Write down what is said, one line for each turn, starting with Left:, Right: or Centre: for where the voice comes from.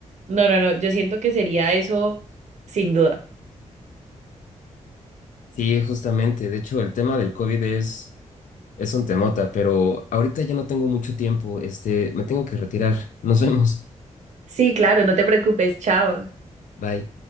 Right: no, no, no, yo siento que sería eso sin duda.
Left: Sí, justamente, de hecho el tema del COVID es... Es un temota, pero ahorita ya no tengo mucho tiempo. Este, me tengo que retirar. Nos vemos.
Right: Sí, claro, no te preocupes, chao.
Left: Bye.